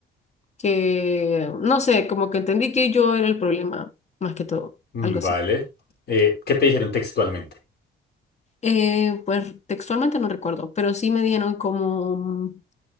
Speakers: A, on the left (about 35°); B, on the left (about 55°).
A: que, no sé, como que entendí que yo era el problema, más que todo,
B: Mm,
A: algo
B: Vale.
A: así.
B: Eh, ¿qué te dijeron textualmente?
A: Eh, pues textualmente no recuerdo, pero sí me dijeron como